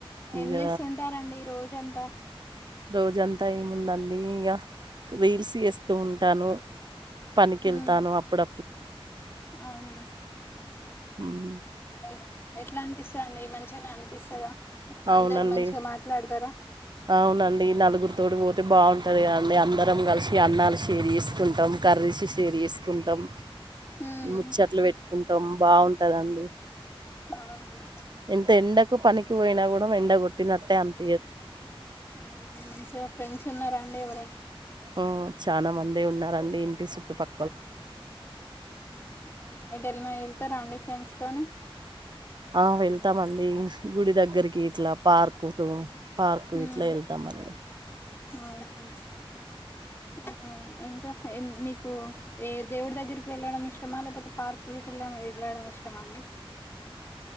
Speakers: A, on the left; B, on the right.
A: ఏం
B: ఇక
A: చేస్తుంటారండి రోజు జంతా
B: రోజంతా ఏం ఉన్నాని అఇంగా రీల్స్ చేస్తూ ఉంటాను. పనికి వెళ్తాను.
A: ఉమ్
B: అప్పుడు
A: అవునా
B: ఉమ్,
A: ఎ ఎట్లా అనిపిస్తాంది. మంచిగనే అనిపిస్తదా
B: అవునండి
A: అందరు మంచిగా మాట్లాడతారా
B: అవునండి నలుగురు తోడి పోతే బాగుంటుంది. కదండి అందరం కలిసి అన్నాలు షేర్ చేసుకుంటాం. కర్రీస్ షేర్ చేసుకుంటాం.
A: ఉమ్
B: ముచ్చట్లు పెట్టుకుంటాం. బాగుంటదండి.
A: అవునా
B: ఎంత ఎండకు పనికి పోయినా ఎండ కొట్టినంతే అంత
A: ఆ మంచిగ ఫ్రెండ్స్ ఉన్నారా అండి ఎవరైనా
B: ఉ చాన మంది ఉన్నారండి ఇం సుట్టుపక్
A: అవునా ఎటైల్ నా వెళ్తారా అండి ఫ్రెంస్ తోని
B: ఆ వెళ్తామండి గుడి దగ్గరికి ఇట్లా పార్కు తో పార్క్
A: ఉమ్
B: ఇట్లా వెళ్తాం అండి
A: అవును ఆ ఇంకా మీకు ఏ దేవుడి దగ్గరికి వెళ్ళడం ఇష్టమా. లేకపోతే పార్కులకి వెళ్ళ వెళ్ళడం ఇష్టమా అండి.